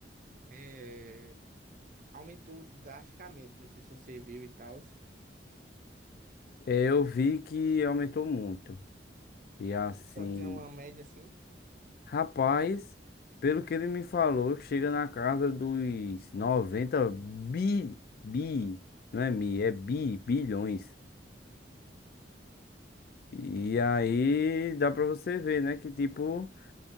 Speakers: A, on the right (about 45°); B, on the left (about 55°).
A: eh, aumentou drasticamente, não sei se você viu e tal.
B: Eu vi que aumentou muito. E assim,
A: Só dizer uma média assim.
B: Rapaz, pelo que ele me falou, chega na casa dos 90 bi, bi, não é mi, é bi, bilhões. E aí dá pra você ver, né, que tipo,